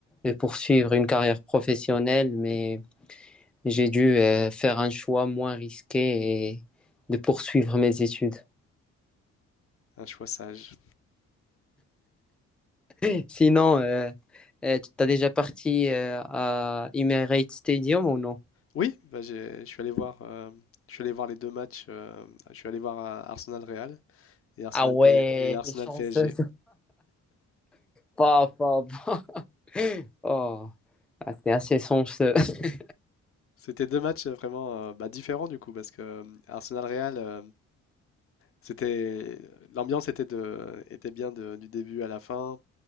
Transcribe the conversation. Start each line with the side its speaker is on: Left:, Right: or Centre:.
Centre: euh, poursuivre une carrière professionnelle, mais j'ai dû euh, faire un choix moins risqué et de poursuivre mes études.
Left: Un choix sage.
Centre: <laughs> Sinon, euh, euh, tu t'as déjà parti euh, à Emirates Stadium ou non?
Left: Oui, bah, j'ai- je suis allé voir, euh, je suis allé voir les deux matchs. euh, je suis allé voir euh, Arsenal-Real et Arsenal
Centre: Ah ouais,
Left: P- et Arsenal
Centre: t'es chanceux.
Left: PSG.
Centre: Pas, pas. <laughs> Oh, ah, c'est assez sombre ce. <laughs>
Left: C'était deux matchs euh, vraiment euh, bah, différents du coup parce que euh, Arsenal-Real, euh, c'était l'ambiance était de était bien de- du début à la fin.